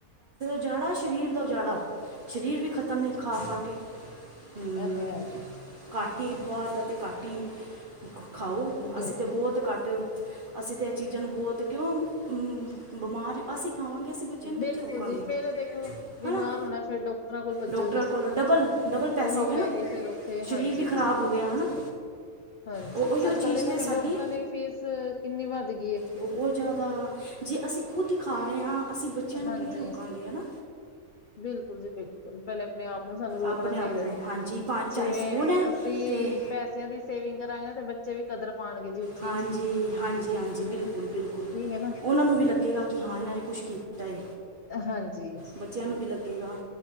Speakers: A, on the right; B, on the left.
A: ਜਾੜਾ ਸਰੀਰ ਦਾ ਜਾੜਾ, ਸਰੀਰ ਵੀ ਖ਼ਤਮ ਐ ਖਾ ਖਾ ਕੇ। ਹਮ,
B: ਐ ਤੇ ਹੈ ਜੀ।
A: ਘੱਟ ਈ ਬਾਰ ਦਾ ਤੇ ਘੱਟ ਈ ਖਾਓ
B: ਬਿਲਕੁਲ
A: ਅਸੀਂ ਤਾਂ ਬਹੁਤ ਘੱਟ ਅਸੀਂ ਤਾਂ ਇਹ ਚੀਜ਼ਾਂ ਨੂੰ ਬਹੁਤ ਕਿਉਂ, ਬਿਮਾਰ ਅਸੀਂ ਖਾਵਾਂਗੇ ਅਸੀਂ ਬੱਚਿਆਂ ਨੂੰ ਕਿੱਥੇ
B: ਬਿਲਕੁਲ
A: ਰੋਕਾਂਗੇ।
B: ਜੀ ਫੇਰ ਦੇਖੋ, ਬਿਮਾਰ
A: ਹਨਾ
B: ਹੋਣਾ ਫੇਰ ਡਾਕਟਰਾਂ ਕੋਲ ਭੱਜੋ
A: ਡਾਕਟਰਾਂ
B: ਜੀ
A: ਕੋਲ ਡਬਲ ਡਬਲ ਪੈਸਾ
B: ਉਹੀ
A: ਹੋ ਗਿਆ
B: ਪੈਸੇ
A: ਨਾ
B: ਫੇਰ ਥੇ
A: ਸਰੀਰ
B: ਹਾਂਜੀ
A: ਵੀ ਖਰਾਬ
B: ਬਿਲਕੁਲ
A: ਹੋ ਗਿਆ
B: ਜੀ ਬਿਲਕੁਲ,
A: ਹਨਾ
B: ਹਾਂਜੀ
A: ਉਹ ਉਹੀ ਉਹ
B: ਅੱਜ-ਕੱਲ੍ਹ
A: ਚੀਜ਼
B: ਦੇਖਾਂਗੇ
A: ਤੇ ਸਾਡੀ
B: ਡਾਕਟਰਾਂ ਦੀ ਵੀ ਫੀਸ ਕਿੰਨੀ ਵੱਧ ਗਈ ਐ।
A: ਬਹੁਤ ਜ਼ਿਆਦਾ ਜੇ ਅਸੀਂ ਖੁਦ ਦਿਖਾ ਰਹੇ ਹਾਂ ਅਸੀਂ ਬੱਚਿਆਂ ਨੂੰ
B: ਹਾਂਜੀ
A: ਕਿਵੇਂ ਰੁਕਾਂਗੇ ਹੈ ਨਾ।
B: ਬਿਲਕੁਲ ਜੀ ਬਿਲਕੁਲ, ਪਹਿਲੇ ਆਪਣੇ ਆਪ ਨੂੰ ਸਾਨੂੰ ਰੋਕਣਾ
A: ਆਪਣੇ
B: ਚਾਹੀਦਾ
A: ਆਪ ਨੂੰ
B: ਜੀ।
A: ਹਾਂਜੀ ਭਾ- ਚਾਹੇ
B: ਜਿਵੇਂ
A: ਫੋਨ ਹੈ
B: ਅਸੀਂ
A: ਤੇ
B: ਪੈਸਿਆਂ ਦੀ ਸੇਵਿੰਗ ਕਰਾਂਗੇ ਤੇ ਬੱਚੇ ਵੀ ਕਦਰ ਪਾਣਗੇ ਜਿਵੇ
A: ਹਾਂਜੀ ਹਾਂਜੀ ਹਾਂਜੀ ਬਿਲਕੁਲ ਬਿਲਕੁਲ,
B: ਠੀਕ ਹੈ ਨਾ
A: ਉਹਨਾਂ ਨੂੰ ਵੀ ਲੱਗੇਗਾ। ਕਿ ਹਾਂ ਇਹਨਾਂ ਨੇ ਕੁਛ ਕੀਤਾ ਐ।
B: ਹਾਂਜੀ,
A: ਬੱਚਿਆਂ ਨੂੰ
B: ਤੇ
A: ਵੀ ਲੱਗੇਗਾ,